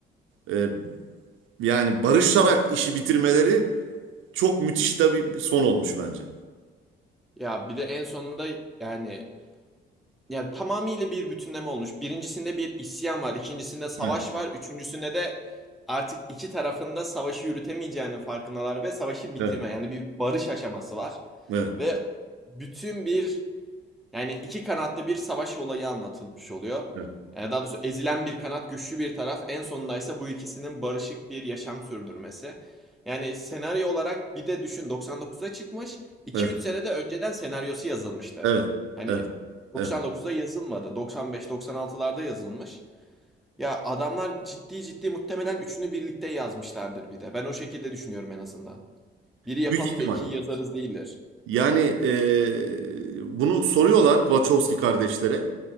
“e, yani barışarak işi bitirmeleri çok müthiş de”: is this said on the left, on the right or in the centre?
Right